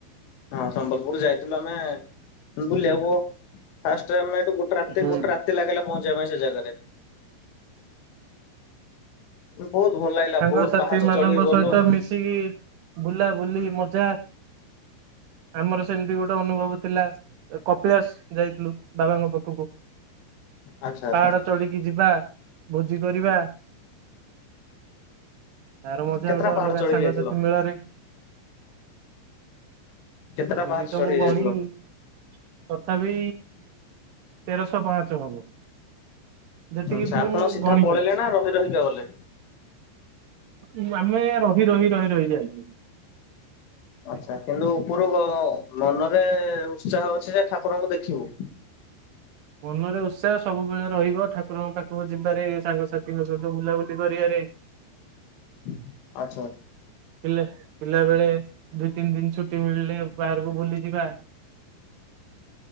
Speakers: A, on the left; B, on the right.
A: ହଁ ସମ୍ବଲପୁର ଯାଇଥିଲୁ ଆମେ ବୁଲିବାକୁ। ଫାଷ୍ଟ ରେ ଆମେ ଏଠୁ ଗୋଟେ ରାତି,
B: ହୁଁ।
A: ଗୋଟେ ରାତି ଲାଗିଲା ପହଞ୍ଚିବା ପାଇଁ ସେ ଜାଗାରେ। ବହୁତ୍ ଭଲ ଲାଗିଲା,
B: ସାଙ୍ଗସାଥି
A: ବହୁତ୍ ପାହାଚ୍ଚ ଚଢିକି ଗଲୁ।
B: ମିଶିକି ବୁଲା ବୁଲି ମଜା ଆମର ସେମିତି ଗୋଟେ ଅନୁଭବ ଥିଲା କପିଳାସ ଯାଇଥିଲୁ ବାବାଙ୍କ ପାଖକୁ।
A: ଆଚ୍ଛା ଆଚ୍ଛା।
B: ପାହାଡ଼ ଚଳିକି ଯିବା, ଭୋଜି କରିବା ତାର ମଜା
A: କେତେଟା
B: ଗୋଟେ ଅଲଗା
A: ପାହାଡ ଚଢିକି
B: ସାଙ୍ଗସାଥି
A: ଯାଇଥିଲ?
B: ମିଳରେ
A: କେତେଟା
B: ସେତିକି
A: ପାହାଚ
B: ତ
A: ଚଢି
B: ମୁଁ
A: ଯାଇଥିଲ?
B: ଗଣିନି ତଥାପି, ତେରଶହ ପାଞ୍ଚ ହବ। ଯେତିକି
A: ଆଚ୍ଛା ଆପଣ
B: ମୁଁ
A: ସିଧା
B: ଗଣି
A: ପଳେଇଲେ
B: ପାରିଛି।
A: ନା ରହି ରହିକା ଗଲେ?
B: ଉଁ ଆମେ ରହି-ରହି-ରହି-ରହି ଯାଇଛୁ।
A: ଆଚ୍ଛା କିନ୍ତୁ ଉପରୁ, ମନରେ ଉତ୍ସାହ ଅଛି ଯେ, ଠାକୁରଙ୍କୁ ଦେଖିବୁ।
B: ମନରେ ଉତ୍ସାହ, ସବୁବେଳେ ରହିବ, ଠାକୁରଙ୍କ ପାଖକୁ ଯିବାରେ, ସାଙ୍ଗସାଥିୀଙ୍କ ସହିତ ବୁଲାବୁଲି କରିବାରେ।
A: ହୁଁ ଆଚ୍ଛା, ଆଚ୍ଛା।
B: ପିଲେ ପିଲା ବେଳେ, ଦୁଇ ତିନି ଦିନ ଛୁଟି ମିଳିଲେ, ବାହାରକୁ ବୁଲି ଯିବା।